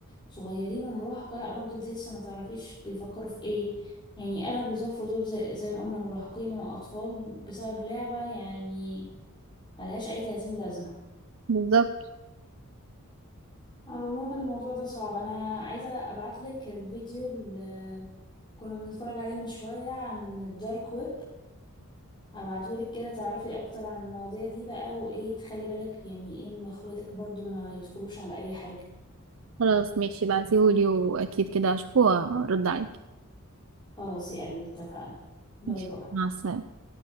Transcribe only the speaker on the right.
بالظبط
خلاص ماشي بعتيهولي واكيد كده هشوفه وارد عليك
ماشي
مع السلامة